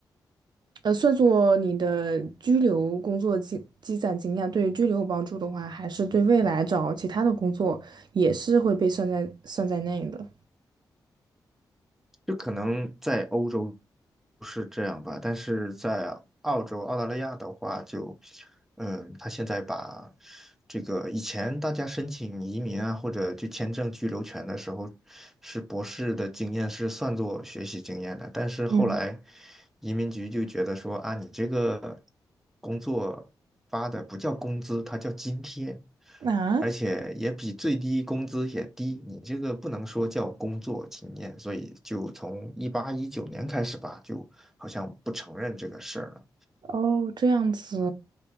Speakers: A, on the right; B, in the centre.
A: 呃，算作你的居留工作积积攒经验，对于居留有帮助的话，还是对未来找其他的工作也是会被算在算在内的。
B: 就可能在欧洲是这样吧，但是在澳洲、澳大利亚的话，就，嗯，他现在把这个以前大家申请移民啊，或者就签证居留权的时候，是博士的经验是算作学习经验的，但是后来
A: 嗯，
B: 移民局就觉得说啊，你这个工作发的不叫工资，它叫津贴。
A: 啊，
B: 而且也比最低工资也低，你这个不能说叫工作经验，所以就从一八一九年开始吧，就好像不承认这个事儿了。
A: 哦，这样子，